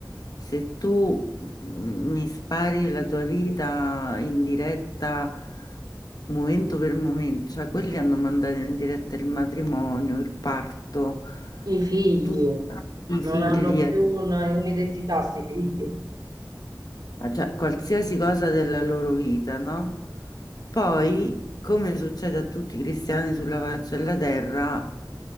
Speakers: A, on the left; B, on the right.
A: se tu mm, mi spari la tua vita in diretta momento per momento, cioè quelli hanno mandato in diretta il matrimonio, il parto,
B: I figli
A: tutti i
B: non
A: figli.
B: hanno più
A: eh.
B: una- un'identità, sti figli.
A: Ah, cioè qualsiasi cosa della loro vita, no? Poi, come succede a tutti i cristiani sulla faccia della terra,